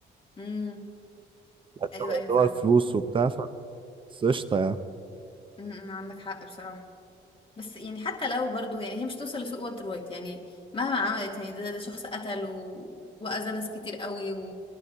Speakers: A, on the left (about 25°); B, on the right (about 25°).
A: مم.
B: اللي
A: ايوه ايوه فعلا
B: هو الفلوس وبتاع بس قشطة يعني
A: مم. مم. عندك حق بصراحة بس يعني حتى لو برضو يعني هي مش توصل لسوق والتر وايت يعني مهما عملت يعني ده, ده شخص قتل و... وأذى ناس كتير قوي